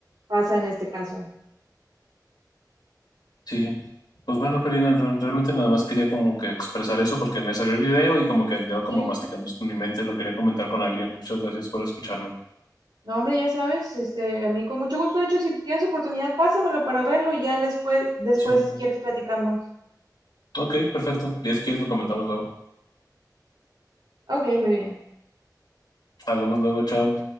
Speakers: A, on the right; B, on the left.
A: pasa en este caso.
B: Sí, pues bueno, Karina, re- realmente nada más quería como que expresar eso porque me salió el video y como que andaba como
A: Sí,
B: masticando esto en mi mente, lo quería comentar con alguien. Muchas gracias por escucharme.
A: no hombre, ya sabes, este, a mí con mucho gusto, de hecho, si tienes oportunidad, pásamelo para verlo y ya después, después
B: Sí.
A: si quieres platicamos.
B: Ok, perfecto. Ya si quieres lo comentamos luego.
A: Ok, muy bien.
B: Hablamos luego, chao.